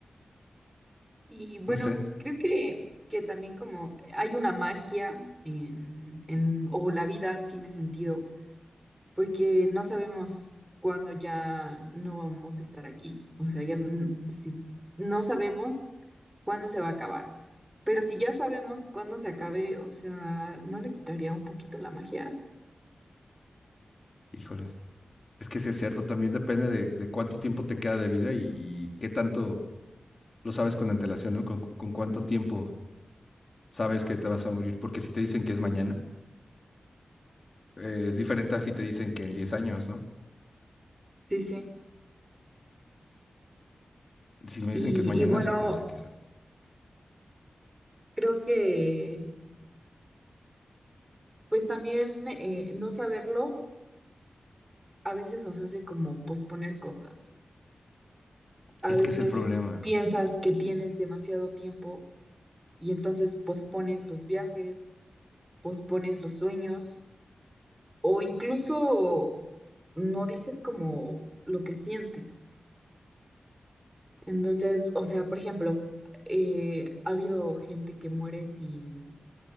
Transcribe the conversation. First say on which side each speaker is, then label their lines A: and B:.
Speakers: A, on the right; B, on the left.
A: Y bueno,
B: No sé,
A: creo que, que también como hay una magia en, en, o la vida tiene sentido, porque no sabemos cuándo ya no vamos a estar aquí. O sea, ya n- si no sabemos cuándo se va a acabar. Pero si ya sabemos cuándo se acabe, o sea, ¿no le quitaría un poquito la magia?
B: híjoles. Es que sí es cierto, también depende de, de cuánto tiempo te queda de vida y, y qué tanto lo sabes con antelación, ¿no? Con, con cuánto tiempo sabes que te vas a morir, porque si te dicen que es mañana, eh, es diferente a si te dicen que en 10 años, ¿no?
A: Sí, sí.
B: Si me
A: Y,
B: dicen que es mañana,
A: y bueno,
B: sí, no sé qué sea.
A: creo que pues también eh, no saberlo a veces nos hace como posponer cosas. A
B: Es
A: veces
B: que es el problema.
A: piensas que tienes demasiado tiempo y entonces pospones los viajes, pospones los sueños o incluso no dices como lo que sientes. Entonces, o sea, por ejemplo, eh, ha habido gente que muere sin,